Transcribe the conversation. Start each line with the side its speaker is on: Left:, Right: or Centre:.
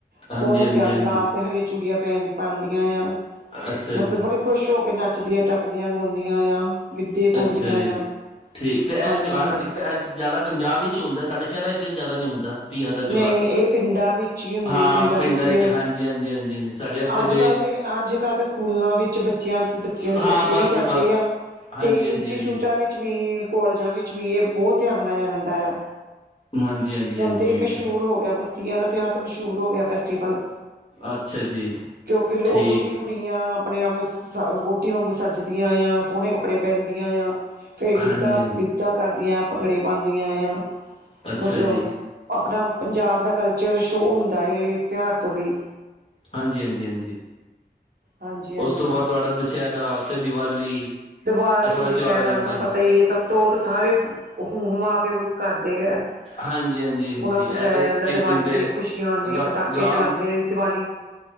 Right: ਸੋਹਣੇ
Left: ਹਾਂਜੀ ਹਾਂਜੀ
Right: ਤਿਆਰ
Left: ਹਾਂਜੀ
Right: ਲਾਲ ਤੇ ਹਰੀਆ ਚੂੜੀਆਂ ਪੈਣ ਪਾਉਂਦੀਆਂ ਆ
Left: ਅੱਛਾ
Right: ਮਤਲਬ
Left: ਜੀ
Right: ਬੜੇ ਖੁਸ਼ ਹੋ ਕੇ ਨੱਚਦੀਆਂ ਟੱਪਦੀਆਂ ਗਾਉਂਦੀਆਂ ਆ ਗਿੱਧੇ ਪਾਉਂਦੀਆਂ
Left: ਅੱਛਾ ਜੀ
Right: ਆ
Left: ਠੀਕ ਤੇ ਇਹ
Right: ਹਾਂਜੀ
Left: ਤਿਉਹਾਰ ਜ਼ਿਆਦਾ ਪੰਜਾਬ ਵਿੱਚ ਹੁੰਦਾ ਸਾਡੇ ਸ਼ਹਿਰਾਂ ਚ ਜ਼ਿਆਦਾ ਨਹੀਂ ਹੁੰਦਾ ਤੀਆਂ ਦਾ
Right: ਨਹੀਂ
Left: ਤਿਉਹਾਰ
Right: ਨਹੀਂ ਇਹ ਪਿੰਡਾਂ ਵਿੱਚ ਹੀ ਹੁੰਦੇ
Left: ਹਾਂ ਪਿੰਡਾਂ
Right: ਹੀ
Left: ਵਿੱਚ
Right: ਹੈ
Left: ਹਾਂਜੀ ਹਾਂਜੀ ਹਾਂਜੀ ਹਾਂਜੀ ਸਾਡੇ ਇੱਥੇ
Right: ਅੱਜ
Left: ਦੇ
Right: ਕੱਲ੍ਹ ਤੇ ਅੱਜ ਕੱਲ੍ਹ ਤਾਂ ਸਕੂਲਾਂ ਵਿੱਚ ਬੱਚਿਆਂ ਬੱਚਿਆਂ ਦੇ
Left: ਹਾਂ
Right: ਬੱਚੇ
Left: ਬਸ
Right: ਵੀ
Left: ਜੀ
Right: ਕਰਦੇ
Left: ਬਸ।
Right: ਆ
Left: ਹਾਂਜੀ
Right: ਤੇ ਇੰਸਟੀਚਿਊਟਾਂ
Left: ਹਾਂਜੀ ਹਾਂਜੀ
Right: ਵਿੱਚ ਵਿੱਚ ਵੀ ਕੋਲਜਾਂ ਵਿੱਚ ਵੀ ਇਹ ਬਹੁਤ ਤਿਆਰ ਮਨਾਇਆ ਜਾਂਦਾ ਆ
Left: ਹਾਂਜੀ ਹਾਂਜੀ ਹਾਂਜੀ
Right: ਅਤੇ
Left: ਹਾਂਜੀ।
Right: ਮਸ਼ਹੂਰ ਹੋ ਗਿਆ ਤੀਆ ਤਿਉਹਾਰ ਤਾਂ ਮਸ਼ਹੂਰ ਹੋ ਗਿਆ ਫੈਸਟੀਵਲ
Left: ਅੱਛਾ ਜੀ
Right: ਕਿਉਂਕਿ
Left: ਠੀਕ
Right: ਉਦੋਂ ਵੀ ਕੁ ਕੁੜੀਆਂ ਆਪਣੇ ਆਪ ਨੂੰ ਸ ਵੋਟੀ ਵਾਂਗੂ ਸੱਜਦੀਆਂ ਆ ਸੋਹਣੇ ਕੱਪੜੇ ਪਹਿਨਦੀਆਂ ਆ ਫੇਿਰ ਗਿੱਧਾ
Left: ਹਾਂਜੀ ਹਾਂਜੀ
Right: ਗਿੱਧਾ ਕਰਦੀਆਂ ਭੰਗੜੇ ਪਾਉਂਦੀਆਂ ਆ
Left: ਅੱਛਾ
Right: ਮਤਲਬ
Left: ਜੀ
Right: ਆਪਣਾ ਪੰਜਾਬ ਦਾ ਕਲਚਰ ਸ਼ੋਅ ਹੁੰਦਾ ਇਸ ਤਿਉਹਾਰ ਤੋਂ ਵੀ
Left: ਹਾਂਜੀ ਹਾਂਜੀ ਹਾਂਜੀ
Right: ਹਾਂਜੀ ਹਾਂਜੀ
Left: ਉਸ ਤੋਂ ਬਾਅਦ ਤੁਹਾਡਾ ਦੁਸਹਿਰਾ ਫਿਰ ਦੀਵਾਲੀ
Right: ਦੀਵਾਲੀ
Left: ਇਹ ਸਾਰੇ
Right: ਦੁਸਹਿਰਾ
Left: ਤਿਉਹਾਰ ਆ ਜਾਂਦੇ
Right: ਤੁਹਾਨੂੰ
Left: ਨੇ।
Right: ਪਤਾ ਹੀ ਹੈ ਸਭ ਤੋਂ ਉਹ ਸਾਰੇ ਹ ਹੁਮਾ ਕਰਦੇ ਹੈ
Left: ਹਾਂਜੀ ਹਾਂਜੀ
Right: ਸੋਹਨਾ
Left: ਹਾਂਜੀ
Right: ਸਜਾਇਆ
Left: ਇਹ ਤੇ
Right: ਜਾਂਦਾ
Left: ਇਸ
Right: ਦਿਵਾਲੀ
Left: ਦਿਨ ਦੇ
Right: ਤੇ ਖੁਸ਼ੀਆਂ ਆਉਂਦੀਆਂ
Left: ਰਾ
Right: ਪਟਾਕੇ
Left: ਰਾਮ
Right: ਚਲਾਉਂਦੇ ਦਿਵਾਲੀ